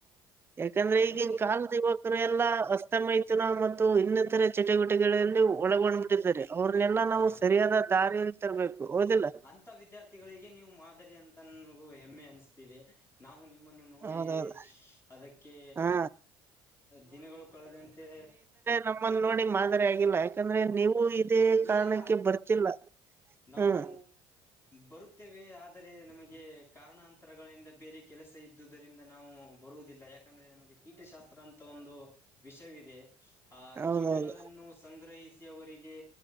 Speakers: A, on the right; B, on the left.
A: ಯಾಕಂದ್ರೆ ಈಗಿನ
B: ನಿಮಗೆ
A: ಕಾಲದ ಯುವಕ ಎಲ್ಲಾ ಅಸ್ತ ತ್ತಮ್ಮೈತುಲನ ಮತ್ತು ಇನ್ನಿತರ ಚಟುವಟೆಗಳಲ್ಲಿ ಒಳಗೊಂಡಿದ್ದಾರೆ ಅವ್ರನೆೆಲ್ಲ
B: ಹಾ
A: ನಾವು ಸರಿಯಾದ. ದಾರಿಗಿ ತರಬೇಕು ಹೌದಿಲ್ಲ.
B: ಇಂಥ ವಿದ್ಯಾರ್ಥಿಗಳಿಗೆ ನೀವು ಮಾದರಿ ಅಂತ ನನಗೂ ಹೆಮ್ಮೆ ಅನಿಸ್ತಿದೆ. ನಾವು ನಿಮ್ಮನ್ನು ನೋಡಿ
A: ಹೌದೌದು
B: ಅದಕ್ಕೆ.
A: ಹಾ
B: ದಿನಗಳು ಕಳೆದಂತೆ.
A: ನಮ್ಮನು ನೋಡಿ ಮಾದರಿ ಆಗಿಲ್ಲ ಯಾಕಂದ್ರೆ ನೀವು. ಇದೇ
B: ಇಲ್ಲ
A: ಕಾರಣಕ್ಕೆ
B: ಇಲ್ಲ
A: ಬರ್ತಿಲ್ಲ
B: ನಾವು.
A: ಹ್ಮ್
B: ಬರುತ್ತೇವೆ ಆದರೆ ನಮಗೆ ಕಾರಣಾಂತರಗಳಿಂದ ಬೇರೆ ಕೆಲಸ ಇದ್ದುದರಿಂದ ನಾವು. ಬರುವುದಿಲ್ಲ ಯಾಕಂದ್ರೆ ನಮಗೆ ಕೀಟಶಾಸ್ತ್ರ ಅಂತ ಒಂದು ವಿಷಯವಿದೆ. ಆ
A: ಹೌದೌದು
B: ಕೀಟಗಳನ್ನು ಸಂಗ್ರಹಿಸಿ ಅವರಿಗೆ.